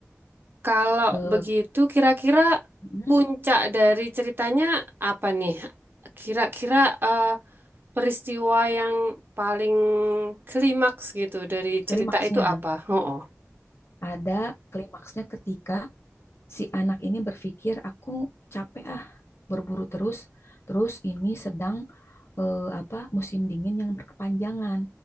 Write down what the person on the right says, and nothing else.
Kalau
begitu, kira-kira
puncak dari ceritanya apa nih? Kira-kira eh, peristiwa yang paling klimaks gitu dari
cerita itu apa? Oh.